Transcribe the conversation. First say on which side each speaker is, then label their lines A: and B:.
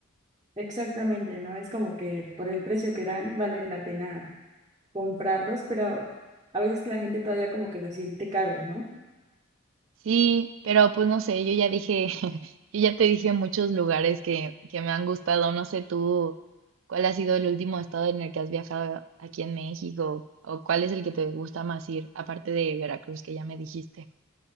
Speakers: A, on the right; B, on the right.
A: Exactamente, ¿no? Es como que por el precio que dan vale la pena comprarlos, pero a veces la gente todavía como que los siente caros, ¿no?
B: Sí, pero pues no sé, yo ya dije, <laughs> yo ya te dije muchos lugares que, que me han gustado. No sé tú cuál ha sido el último estado en el que has viajado aquí en México o cuál es el que te gusta más ir, aparte de Veracruz, que ya me dijiste.